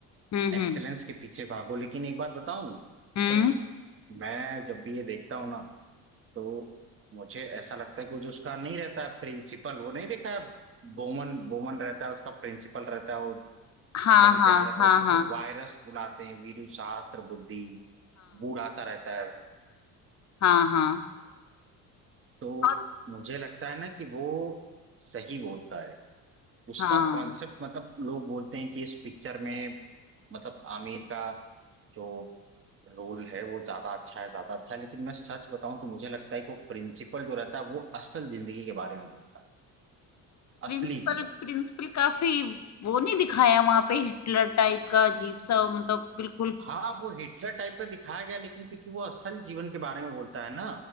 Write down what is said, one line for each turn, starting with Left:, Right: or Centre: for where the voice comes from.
Left: हम्म
Right: एक्सेलेंस
Left: हम्म
Right: के पीछे भागो लेकिन एक बात बताऊं
Left: हम्म
Right: मतलब मैं जब भी ये देखता हूँ ना तो मुझे ऐसा लगता है कि वो जो उसका नहीं रहता है प्रिंसिपल वो नहीं देखा है बोमन बोमन रहता है उसका प्रिंसिपल रहता है वो
Left: हाँ
Right: बन
Left: हाँ
Right: क्या रहता
Left: हाँ
Right: है उसको
Left: हाँ
Right: सब वायरस बुलाते हैं वीरू शास्त्र बुद्धि बूढ़ा सा रहता है
Left: हाँ हाँ हाँ
Right: तो
Left: और
Right: मुझे लगता है ना कि वो सही बोलता है उसका
Left: हाँ
Right: कॉन्सेप्ट मतलब लोग बोलते हैं कि इस पिक्चर में मतलब आमिर का जो रोल है वो ज्यादा अच्छा है ज्यादा अच्छा है लेकिन मैं सच बताऊं तो मुझे लगता है कि वो प्रिंसिपल जो रहता है वो असल जिंदगी के बारे में बोलता है
Left: प्रिंसिपल
Right: असली जीवन
Left: प्रिंसिपल काफी वो नहीं दिखाया वहां पे हिटलर टाइप का अजीब सा मतलब बिल्कुल
Right: हाँ वो हिटलर टाइप का दिखाया गया लेकिन क्योंकि वो असल जीवन के बारे में बोलता है ना